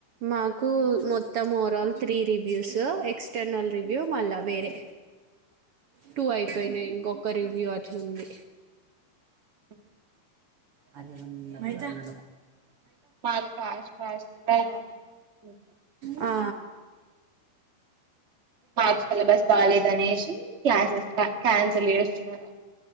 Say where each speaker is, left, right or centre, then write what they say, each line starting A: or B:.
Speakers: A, on the right (about 85°); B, on the right (about 30°).
A: మకూ మొత్తం ఓవరాల్ త్రీ రివ్యూస్ సు ఎక్స్టర్నల్ రివ్యూ మళ్ళ వేరె టు అయిపోయినాయి ఇంకొ ఒక ఒకరివ్యూ వచ్చింది
B: ఉహ్
A: అదె ఏం అయింది
B: మత్ ఫాస్ట్ ఫాస్ట్ గా హు
A: ఆ
B: మార్చ్ సిలబస్ బాలేద్ అనేసీ, క్లాసెస్ కూడా క్యాన్సిల్ చేస్తున్నారు